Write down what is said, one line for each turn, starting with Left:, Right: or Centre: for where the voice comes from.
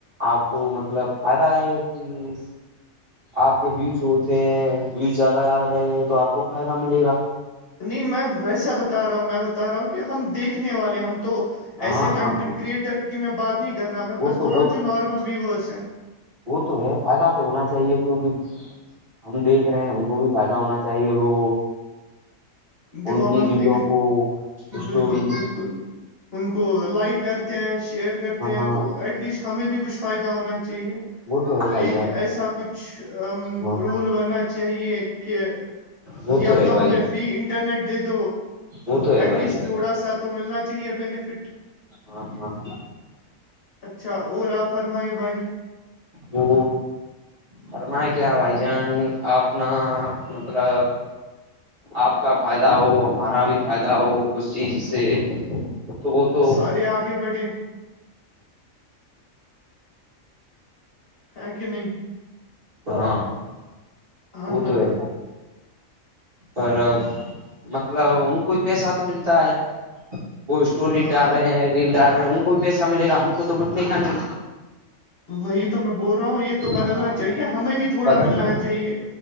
Right: آپ کو مطلب آتا ہے کہ آپ کے ویوج ہوتے ہیں ووز زیادہ آ رہے ہیں تو آپ کو فائدہ ملے گا
Left: نہیں میں ویسا بتا رہا ہوں میں بتا رہا ہوں کہ ہم دیکھنے والے ہم تو
Right: ہاں
Left: ایسے
Right: ہاں
Left: کنٹینٹ
Right: ہاں
Left: کریٹر کی میں بات نہیں کر رہا میں
Right: وہ
Left: بس
Right: تو
Left: بول رہا ہوں
Right: وہ تو
Left: جو نارمل ویورس ہیں
Right: وہ تو ہے فائدہ تو ہونا چاہیے کیونکہ ہم دیکھ رہے ہیں ہم کو بھی فائدہ ہونا چاہیے وہ
Left: دیکھو
Right: ان کی
Left: ہم
Right: ریلوں
Left: ایک
Right: کو اسٹوری
Left: بالکل بالکل ان کو لائک کرتے ہیں شیئر کرتے
Right: ہاں
Left: ہیں
Right: ہاں
Left: تو ایٹ لیسٹ ہمیں بھی کچھ فائدہ ہونا چاہیے
Right: وہ تو ہے بھائی
Left: ایک
Right: جان
Left: ایسا کچھ
Right: ہاں
Left: رول بننا چاہیے کہ
Right: وہ
Left: یا
Right: تو ہے بھائی
Left: ہمیں فری انٹرنیٹ دے دو
Right: وہ تو ہے
Left: ایٹ
Right: بھائی
Left: لیسٹ
Right: جان
Left: تھوڑا سا تو ملنا چاہیے بینیفٹ
Right: ہاں ہاں
Left: اچھا اور آپ فرمائیے بھائی
Right: وہ فرما کیا بھائی جان آپ نا مطلب آپ کا فائدہ ہو ہمارا بھی فائدہ ہو کچھ چیز سے تو وہ تو
Left: سارے آگے بڑھے ہے کہ نہیں
Right: ہاں
Left: ہاں
Right: وہ
Left: ہاں
Right: تو ہے
Left: ہاں
Right: پر مطلب ان کو ہی پیسہ تو ملتا ہے وہ اسٹوریز ڈال
Left: ہاں
Right: رہے ہیں ریل ڈال رہے ہیں ان کو بھی پیسہ ملے گا ہم کو تو ملے گا نہیں
Left: وہی تو میں بول رہا ہوں یہ تو بدلنا
Right: ہاں
Left: چاہیے ہمیں بھی تھوڑا
Right: بدلنا
Left: ملنا چاہیے